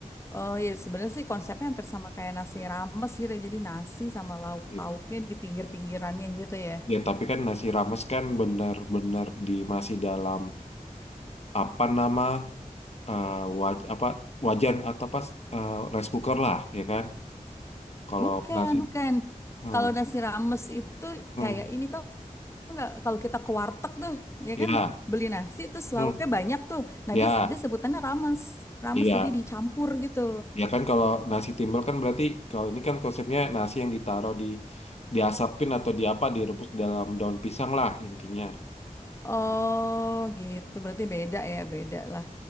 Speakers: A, on the left; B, on the left.
A: Oh ya sebenarnya sih konsepnya hampir sama kayak nasi rames gitu ya. Jadi nasi sama lauk
B: Iya.
A: pauknya di pinggir-pinggirannya gitu ya.
B: Ya tapi kan nasi rames kan benar-benar di masih dalam apa nama eh, waj apa wajan atau pas eh, rice cooker lah ya kan. Kalau
A: Bukan,
B: nasi
A: bukan.
B: eh,
A: Kalau nasi rames itu
B: Hmm.
A: kayak ini tau nggak? Kalau kita ke warteg tuh, ya
B: Ya,
A: kan beli nasi terus
B: Hmm.
A: lauknya banyak tuh. Nah
B: ya,
A: dia, dia sebutannya rames, rames
B: iya.
A: jadi dicampur gitu.
B: Ya kan kalau nasi timbel kan berarti kalau ini kan konsepnya nasi yang ditaruh di diasapin atau di apa direbus dalam daun pisang lah intinya.
A: Oh gitu, berarti beda ya, beda lah.